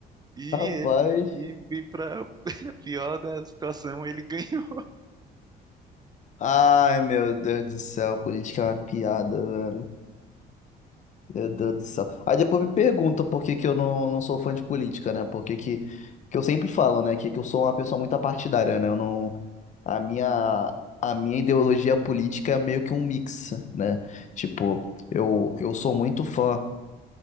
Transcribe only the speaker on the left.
Rapaz.
Ai, meu Deus do céu, política é uma piada, velho. Meu Deus do céu. Aí depois me pergunta por que que eu não, não sou fã de política, né? Por que que, que eu sempre falo, né? Que, que eu sou uma pessoa muito apartidária, né? Eu não. A minha. A minha ideologia política é meio que um mix, né? Tipo, eu, eu sou muito fã